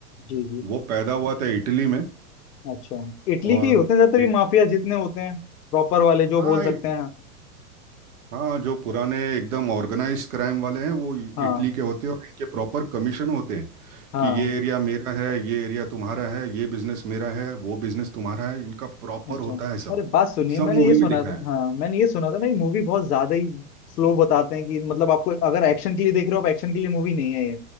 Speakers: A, on the left; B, on the right.
A: जी जी
B: वो पैदा हुआ था इटली में
A: अच्छा इटली
B: और
A: के ही होते हैं ज्यादातर
B: इट,
A: ये माफिया जितने होते हैं प्रॉपर वाले जो
B: हाँ
A: बोल सकते
B: इ-
A: हैं
B: हाँ जो पुराने एकदम ऑर्गेनाइज क्राइम वाले हैं वो इ-
A: हाँ
B: इटली के होते हैं और इनके प्रॉपर कमीशन होते हैं
A: हाँ
B: कि ये एरिया मेरा है ये एरिया तुम्हारा है ये बिजनेस मेरा है वो बिजनेस तुम्हारा है इनका प्रॉपर
A: अच्छा
B: होता है सब
A: अरे बात सुनिए
B: सब
A: मैंने
B: मूवी
A: ये सुना
B: में दिखाया
A: था
B: है
A: हाँ मैंने ये सुना था ना ये मूवी बहुत ज्यादा ही स्लो बताते हैं कि मतलब आपको अगर एक्शन के लिए देख रहे हो आप एक्शन के लिए मूवी नहीं है ये